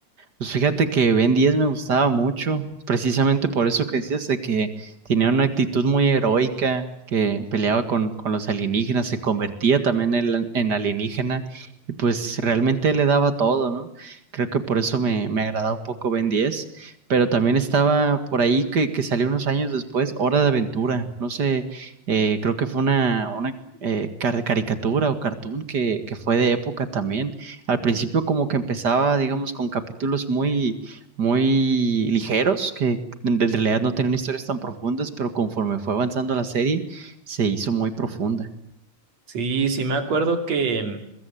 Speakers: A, on the right; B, on the right.
A: Pues fíjate que Ben 10 me gustaba mucho, precisamente por eso que decías de que tenía una actitud muy heroica, que peleaba con, con los alienígenas, se convertía también en, en alienígena y pues realmente le daba todo, ¿no? Creo que por eso me, me agradaba un poco Ben 10, pero también estaba por ahí que, que salió unos años después, Hora de Aventura, no sé, eh, creo que fue una, una eh, car- caricatura o cartoon que, que fue de época también. Al principio como que empezaba, digamos, con capítulos muy, muy ligeros, que en en realidad no tenían historias tan profundas, pero conforme fue avanzando la serie, se hizo muy profunda.
B: Sí, sí me acuerdo que